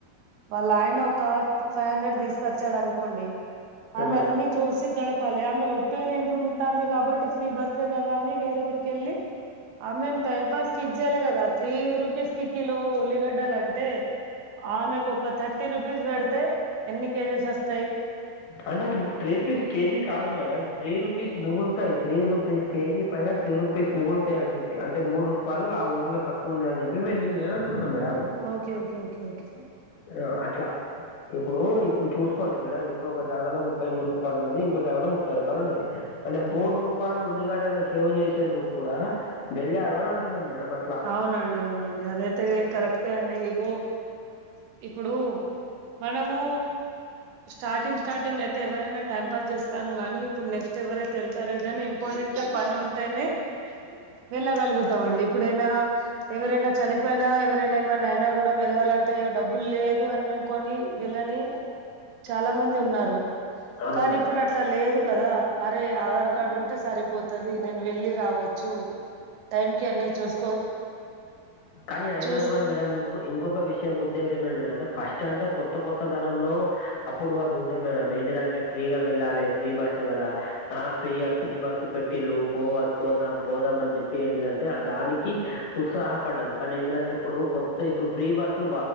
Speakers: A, on the right; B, on the left.
A: వాళ్ళ ఆయన ఒక ఫైవ్ హండ్రెడ్ తీసుకొచ్చాడు అనుకోండి ఆమె
B: మేడం
A: అన్ని చూసి గడపాలి ఆమె ఒట్టి ఇంట్లో ఉంటుంది కాబట్టి ఫ్రీ బస్సే కదా అని వేరే ఊరికెళ్ళి ఆ మేం టైం పాస్కిక్ చేయాలి కదా త్రీ రూపీస్ కి కిలో ఉల్లిగడ్డలుంటే ఆమెకు ఒక థర్టీ రూపీస్ పెడితే ఎన్ని కేజెస్ వస్తాయ్
B: అండ్రెడ్ త్రీ రుపీస్ కేజీ కాదు మేడం త్రీ రూపీస్ మిగులుతాయి త్రీ రూపీస్ కేజీ పైన త్రీ రూపీస్ మిగులుతాయ అని చెప్పి అంటే మూడు రూపాయ ఆ ఊర్లో <unintelligible> అని చెప్పి వెళ్ళ <unintelligible> అంటున్నా madam
A: okay okay okay okay
B: ఆ అట్ల ఇప్పుడు ఇప్పుడు చూసుకోండి మేడం ఇప్పుడు ఒక జాగాలో ముప్పై మూడు రూపాయలు ఉన్నది ఇంకో జాగా లో ముప్పై రూపాయలు ఉన్నది అంటే మూడు
A: ఉమ్,
B: రూపా <unintelligible> ఉల్లిగడ్డలా సేవ్ చేసేందుకు కూడ వెళ్ళారు అని అంటున్నాను మేడం అట్లా
A: అవునండి అవునండి అదైతే కరెక్టే అండి ఇగో ఇప్పుడు మనము స్టార్టింగ్ స్టార్టింగ్ అయితే ఎవరైనా టైం పాస్ చేస్తాం గానీ ఇప్పుడు నెక్స్ట్ ఎవరైతే వెళ్తా <unintelligible> ఇంపార్టెంట్ పని ఉంటేనే వెళ్ళగలుగుతాం అండి ఇప్పుడైనా ఎవరైనా చనిపోయినా ఎవరైనా ఏమైనా అయినా కూడా వెళ్ళాలంటే అయ్యో డబ్బులు లేదు అని కోని వెళ్ళని చాల మంది ఉన్నారు
B: అవును
A: కానీ
B: మేడం
A: ఇప్పుడు అ అట్ల లేదు కదా అరే ఆధార్ కార్డు ఉంటే సరిపోతాది నేను వెళ్లి రావచ్చు టైం కి అన్నీ చూసుకో
B: కానీ అయినా
A: చూస్
B: కూడ మేడం ఇంకొక విషయం ఉద్దేశం ఏంటిదింటే ఫస్ట్ అంటే కొత్త కొత్త ధనం లో అప్పుడు అది ఉండే మేడం ఏంటిదంటే ఫ్రీగా వెళ్ళాలి ఫ్రీ బస్సు కదా ఫ్రీ ఫ్రీ బస్సు పెట్ లు పో పోదాం పోదాం అని చెప్పి ఏంటిడాంటే దానికి ఉత్సాహ పడ్డారు కానీ ఏంటిదంటే ఇప్పుడు కొత్త ఇప్పుడు ఫ్రీ బస్సు